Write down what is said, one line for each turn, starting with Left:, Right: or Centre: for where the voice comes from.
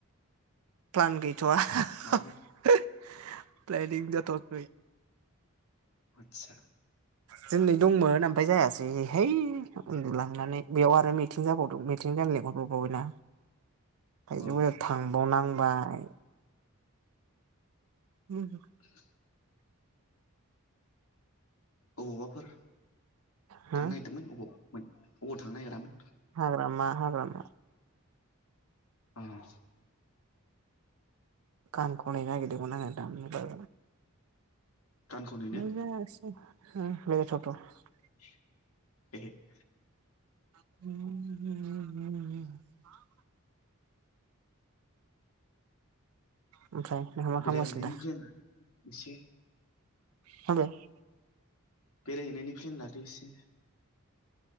Right: प्लान गैथ'वा
Left: मा बुं
Right: <inaudible> प्लेनिं जाथ'सै
Left: आदसा
Right: दिनै दंमोन ओमफाय जायासैहाय है उन्दुलांनानै बेवाव आरो मि थिं जाबावदों मिथिं जानो लेंहरब्रब बावबाय ना
Left: अ
Right: थांबावनांबाय उम <unintelligible>
Left: <unintelligible> अबावबाफोर
Right: हो
Left: थांनो नागिरदोंमोन अबाव अबाव थांनो नागिरामोन।
Right: हाग्रामा हाग्रामा।
Left: <unintelligible>
Right: गान खनो नागिरदोंमोन आङो दामनोबो।
Left: गानखौनोनो
Right: <unintelligible>
Left: <unintelligible>
Right: <unintelligible> ओमफ्राय मा खालामगासिनो
Left: बेरायहैनायनि
Right: दा?
Left: प्लेन एसे
Right: <unintelligible>
Left: बेरायहैनायनि फेन लादो एसे